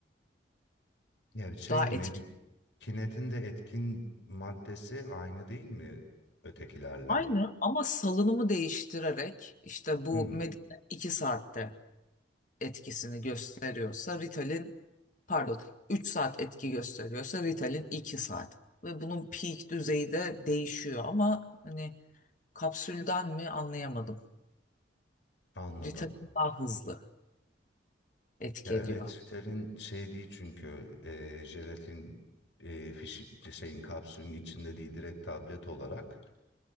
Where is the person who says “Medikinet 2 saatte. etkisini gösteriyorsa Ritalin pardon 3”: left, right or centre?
Left